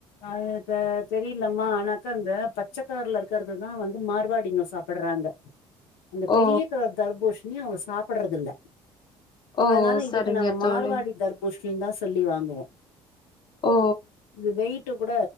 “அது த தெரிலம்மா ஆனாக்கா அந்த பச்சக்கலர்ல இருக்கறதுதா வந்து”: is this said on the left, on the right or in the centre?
Left